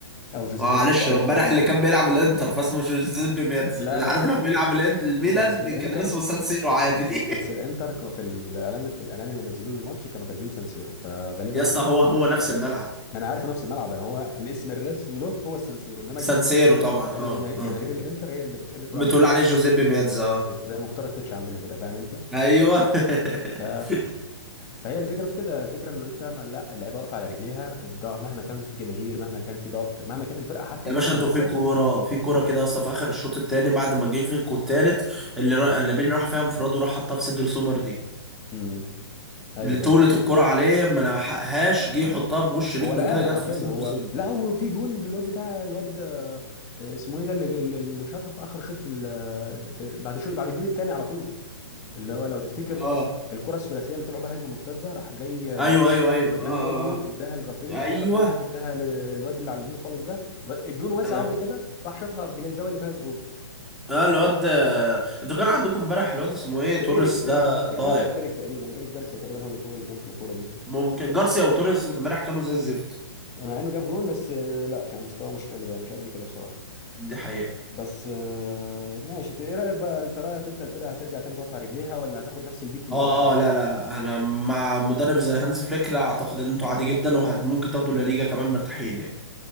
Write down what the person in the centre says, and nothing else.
معلش
هو امبارح
اللي كان بيلعب الانتر فاسمه جوزيبي ميادزا
انا
عارف لو بيلعب الإن- الميلان
كان اسمه سان سيرو عادي
<laughs> يا اسطى
هو هو نفس الملعب
سان
سيرو طبعا
اه
اه
بتقول
عليه جوزيبي ميادزا اه
ايوه <laughs>
يا
باشا
انتوا في كوره في كوره كده يا اسطى في اخر الشوط الثاني بعد ما جه فيكوا الثالث اللي را... لامين راح فيها انفراد وراح حطها في صدر سومر دي
طولة
الكرة عليه ما لحقهاش جه يحطها بوش رجله
كده جت
في صدر
سوبر
اه
ايوه ايوه ايوه
اه
اه
اه
ايوه
اه
اه الواد ده- انتوا كان عندكم امبارح الواد اسمه ايه توريس
ده
ضايع
ممكن جارسيا وتوريس امبارح كانوا زي الزفت
دي حقيقة
اه
اه لا لا لا انا مع مدرب زي هانز فليك لا اعتقد ان انتوا عادي جدا وممكن تاخدوا الليجا كمان مرتاحين يعني